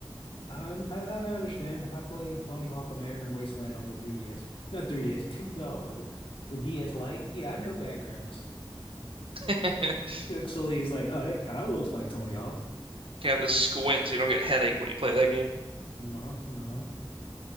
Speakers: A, on the left (about 80°); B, on the right (about 80°).
A: Um, I, I I understand. I played Tony Hawk American Wasteland on the 3DS. Not 3DS, two, no, was it the DS Lite? Yeah, I know bad graphics.
B: <laughs>
A: Pixely is like, oh, it kind of looks like Tony Hawk.
B: You have to squint so you don't get a headache when you play that game.
A: Uh-huh, uh-huh,